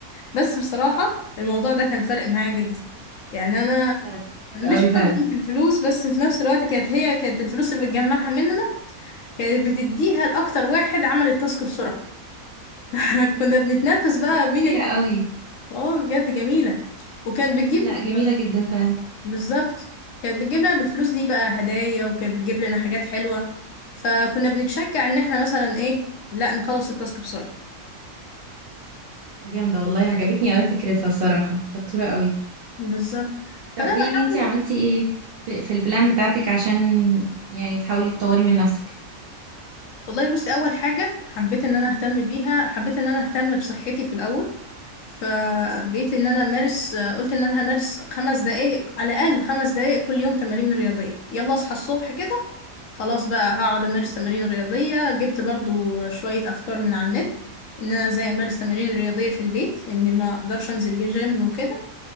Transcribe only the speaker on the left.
بس بصراحة الموضوع ده كان فارق معايا جدا يعني أنا
مش
حبا في الفلوس بس في نفس الوقت كانت هي كانت الفلوس اللي بتجمعها مننا كانت بتديها لأكتر واحد عمل التاسك بسرعة <laughs> كنا بنتنافس بقى
مين
اه بجد جميلة وكانت بتجيب
بالظبط كانت بتجيب لنا بالفلوس دي بقى هدايا وكانت بتجيب لنا حاجات حلوة فكنا بنتشجع ان احنا مثلا ايه لا نخلص التاسك بسرعة
بالظبط
فانا
بحاول
والله بصي اول حاجة حبيت ان انا اهتم بيها حبيت ان انا اهتم بصحتي في الاول فبقيت ان انا امارس قلت ان انا همارس خمس دقايق على الاقل خمس دقايق كل يوم تمارين رياضيه يلا اصحى الصبح كده خلاص بقى هقعد امارس تمارين رياضيه جبت برضو شويه افكار من على النت ان انا ازاي امارس تمارين رياضيه في البيت لان ما اقدرش انزل جيم وكده